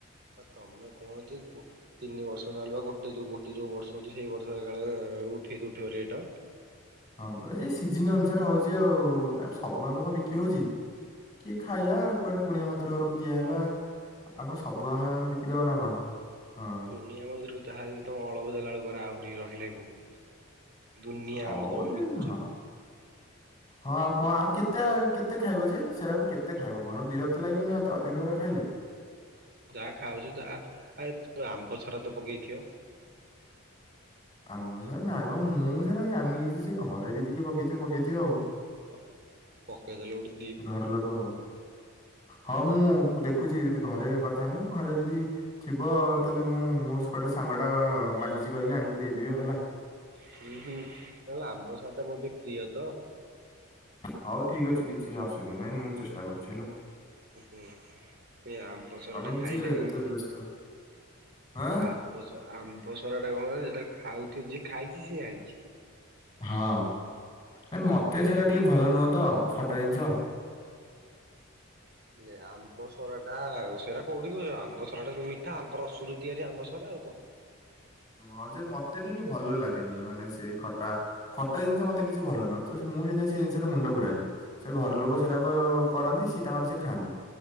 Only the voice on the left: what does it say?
ହଁ ପା ସେ ସିଜିନ ଅନୁସାରେ ହଉଛି ଆଉ ନା ସବୁ ଆମ୍ବ କଣ ବିକି ହଉଛି। କିଏ ଖାଇଲା କୁଆଡେ କୁଣିଆ ମୟତ୍ର ଘରକୁ ଦିଆହେଲା। ଆ କଣ ସବୁ ଆମେ ଆମେ ବିକିଦବା ନା କଣ ହଁ
ହଉ
ସେ
ହଁ। ହଁ ଆଉ କଣ ଆଉ କେତେଆଉ କେତେ ଖାଇବୁ ଯେ ସେଟାକୁ କେତେ ଖାଇବୁ କଣ ବୀର ଏତେ ଲାଗିବନି ନା ଅଧି ଅଧିକହେରା ଖାଇଲେ।
ଆମର ସେଟା ନାଇଁମ ମୁଁ ସେଟା ଜାଣିନି କିଛି ସେ ଘରେ ଯଦି କିଏ ପକେଇଥିବେ ପକେଇଥିବ ଆଉ
ଘର ଲ ହାଲୋ ହଁ ମୁଁ ଦେଖୁଛି ଯଦି ଘରେ କଥା ହେବି ଘରେ ଯଦି ଥିବ ତାହେଲେ ମୁଁ ମୋ <unintelligible> ସାଙ୍ଗ ଟା ମାଗିଛିି କହିକି ଆଣିକି ଦେଇଦେବି ଆଉ ହେଲା
ହଉ ଠିକ ଅଛି କିଛି ଅସୁବିଧା ନାହିଁ ମୁଁ ଚେଷ୍ଟା କରୁଛି ହେଲା।
ତମେ
କିଛି ଏତେ
ବ୍ୟସ୍ତ ଆଁ
ହଁ ନାଇ ମତେ ସେରା ଟିକେ ଭଲ ନୁହଁ ତ ଖଟା ଜିନିଷ।
ହଁ ଯେ ମତେ ଟିକେ ଭଲ ଲାଗେନି ମାନେ ସେଇ ଖଟା ଖଟା ଜିନିଷ ମତେ କିଛି ଭଲ ନୁହଁ ତ ସେ ମୁଁ ସେଇଥି ପାଇଁ ସେ ଜିନିଷରେ ମୁଣ୍ଡ ପୁରାଇନି। ସେ ଘର ଲୋକ ସେରାକ କରନ୍ତି ସିଏ ତାଙ୍କର ସେ ଖାଆନ୍